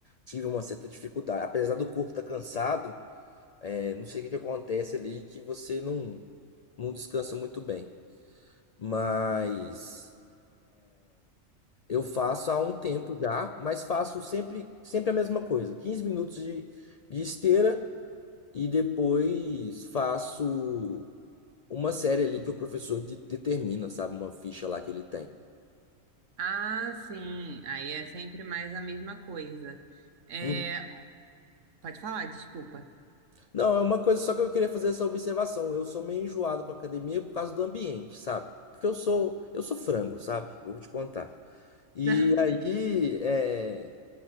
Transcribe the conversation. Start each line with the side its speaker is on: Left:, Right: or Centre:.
Left: tive uma certa dificuldade. Apesar do corpo estar cansado, é, não sei o que que acontece ali que você não, não descansa muito bem. Mas. Eu faço há um tempo já, mas faço sempre, sempre a mesma coisa. 15 minutos de, de esteira e depois faço uma série ali que o professor de- determina, sabe? Uma ficha lá que ele tem.
Right: Ah, sim. Aí é sempre mais a mesma coisa. É,
Left: Uhum.
Right: pode falar, desculpa.
Left: Não, é uma coisa só que eu queria fazer essa observação. Eu sou meio enjoado com a academia por causa do ambiente, sabe? Porque eu sou, eu sou frango, sabe? Vou te contar. E
Right: <laughs>
Left: aí, é,